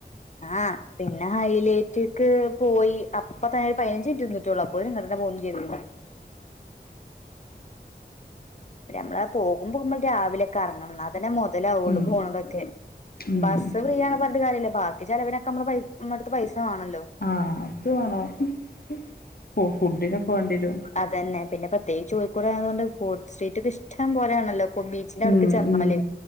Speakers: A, on the left; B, on the left.
A: ആഹ പിന്നെ ഹൈലേറ്റക്ക് പോയി അപ്പ തന്ന പതിനഞ്ച്റ്റ് നിന്നിട്ടുള്ളു അ പോത്തി ന് ഇങ്ങോട്ടെന്നെ പോന്നും ചെയ്ത് ണ് നമ്മെ പോകുമ്പോ നമ്മൾ രാവിലൊക്കെ ഇറങ്ങണം അങ്ങനെ മുതലാവു
B: ഉം
A: ള്ളു പോണതൊക്കെ
B: ഉം
A: ബസ്സ് ഫ്രീ ആണ് പറഞ്ഞ ട്ട് കാര്യല്ലേ ബാക്ക ചിലവനൊക്കെ നമ്മള് നമ്മ അടുത്ത് പൈസ വാ ണല്ലോ
B: ആഹ അത് വേണംോ ഫുഡിനൊക്കെ വേണ്ടിരും
A: അതന്നെ പിന്നെ പ്രത്യേകിച്ച്കോഴിക്കോട് ആായതുകൊണ്ട് ഫുഡ് സ്ട്രീറ്റ് ഒക്ക ഇഷ്ടം പോലെയാണല്ലോ ബീച്ചിന്റെ അടത്ത്
B: ഉം
A: ചെന്നാലേ
B: ഉം